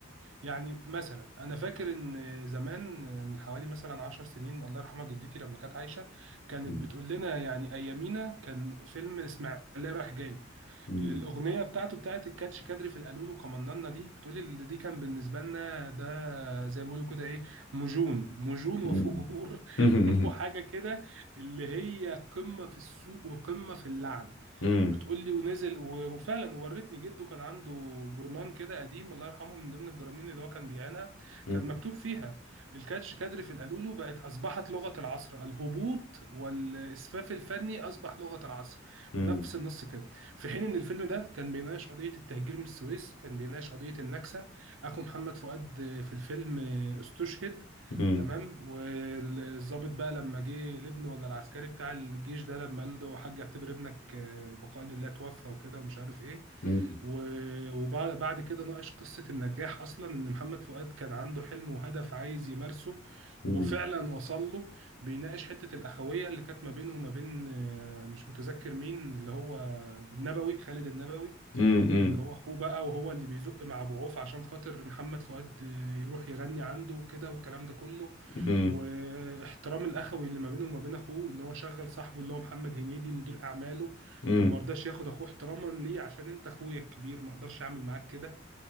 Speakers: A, on the right; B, on the left.
A: يعني مثلا أنا فاكر إن زمان آه، من حوالي مثلا عشر سنين الله يرحمها جدتي لما كانت عايشة كانت
B: مم.
A: بتقول لنا يعني أيامينا كان فيلم إسماعيلية رايح جاي
B: مم.
A: الأغنية بتاعته بتاعت الكاتش كادري في القالولو قمننا دي بتقولي اللي دي كان بالنسبة لنا ده زي ما بيقولوا كده إيه مجون مجون
B: مم.
A: وفجور
B: مم.
A: <laughs> وحاجة
B: <laughs>
A: كده اللي هي قمة في السوق وقمة في اللعن
B: مم.
A: بتقولي ونزل و- وفعلا ورتني جده كان عنده جورنان كده قديم الله يرحمه من ضمن الجرانين اللي هو كان بيعينها
B: مم.
A: كان مكتوب فيها الكاتش كادري في القالولو بقت أصبحت لغة العصر الهبوط والإسفاف الفني أصبح لغة العصر
B: مم.
A: بنفس النص كده في حين ان الفيلم ده كان بيناقش قضيه التهجير من السويس كان بيناقش قضيه النكسه اخو محمد فؤاد آه، في الفيلم آه، استشهد
B: مم. مم.
A: تمام والضابط بقى لما جه لابنه ولا العسكري بتاع الجيش ده لما قال له حاج اعتبر ابنك آه، البقاء لله توفى وكده ومش عارف ايه
B: مم.
A: و- وبعد بعد كده ناقش قصة النجاح أصلا إن محمد فؤاد كان عنده حلم وهدف عايز يمارسه
B: مم.
A: وفعلا وصل له بيناقش حتة الأخوية اللي كانت ما بينه وما بين آه، مش متذكر مين اللي هو النبوي خالد النبوي
B: مم.
A: ان هو اخوه بقى وهو اللي بيزق مع ابو عوف عشان خاطر محمد فؤاد يروح يغني عنده وكده والكلام ده كله
B: مم.
A: واحترام الاخوي اللي ما بينه وما بين اخوه ان هو شغل صاحبه اللي هو محمد هنيدي مدير اعماله
B: مم.
A: وما رضاش ياخد اخوه احتراما ليه عشان انت اخويا الكبير ما اقدرش اعمل معاك كده